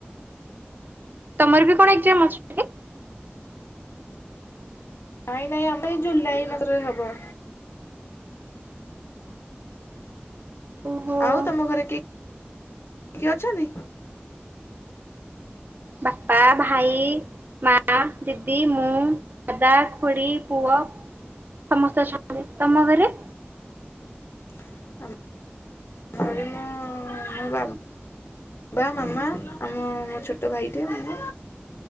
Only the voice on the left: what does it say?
ନାଇଁ ନାଇଁ ଆମର ଏଇ ଜୁଲାଇ ମାସ ରେ ହବ।
ଆଉ ତମ ଘରେ କି କିଏ ଅଛନ୍ତି?
<unintelligible> <unintelligible> <inaudible> ବାବା ମାମା ଆମ ମୋ ଛୋଟ ଭାଇଟିଏ ମୁ।